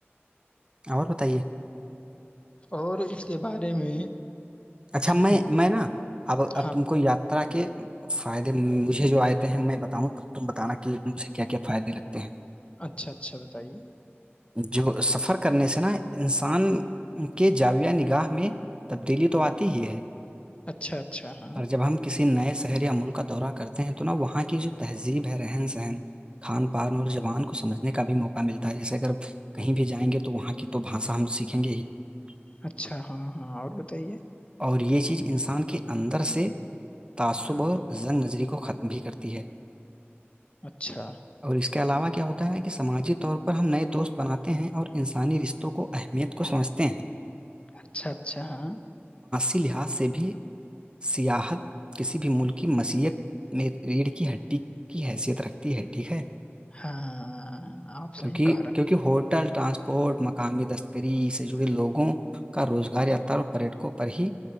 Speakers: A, on the right; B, on the left.
A: اور بتائیے <unintelligible>
B: اور اس کے بارے میں <unintelligible>
A: اچھا
B: سنیے
A: میں میں نا اب اب
B: ہاں
A: تم کو یاترا کے <unintelligible> فائدے مجھے جو آئےتے ہیں میں بتاؤں تب تم بتانا کہ مجھے کیا کیا فائدے لگتے ہیں <unintelligible>
B: اچھا اچھا بتائیے
A: ہیں جو سفر <unintelligible> کرنے سے نا انسان کے جاویہ نگاہ میں تبدیلی تو آتی <unintelligible> ہی ہے <unintelligible>
B: اچھا اچھا ہاں
A: اور جب ہم کسی نئے سے <unintelligible> شہر یا ملک کا دورہ کرتے ہیں تو نا وہاں کی جو تہذیب ہے رہن سہن کھان پان اور جوان کو سمجھنے کا بھی موقع ملتا ہے جیسے اگر کہیں بھی جائیں گے تو وہاں کی تو بھاشا ہم سیکھیں گے ہی <unintelligible>
B: اچھا ہاں ہاں اور بتائیے <unintelligible>
A: اور یہ چیز انسان کے اندر سے <unintelligible> تعصب
B: ہاں
A: زن نظری <unintelligible> کو ختم بھی کرتی ہے <unintelligible>
B: اچھا <unintelligible>
A: اور اس کے علاوہ کیا ہوتا ہے کہ سماجی طور پر ہم نئے دوست بناتے ہیں اور انسانی رشتوں کو اہمیت کو سمجھتے ہیں
B: اچھا اچھا ہاں
A: اسی لحاظ سے بھی سیاحت کسی بھی ملک کی مسیحت میں ریڑھ کی ہڈی کی حیثیت رکھتی ہے ٹھیک ہے
B: ہاں آپ صحیح
A: کیونکہ
B: کہہ رہے
A: کیونکہ
B: ہیں
A: ہوٹل <unintelligible> ٹرانسپورٹ مقامی تستکری سے جڑے لوگوں کا روزگار یاتا اور پریٹ کو پرڑ ہی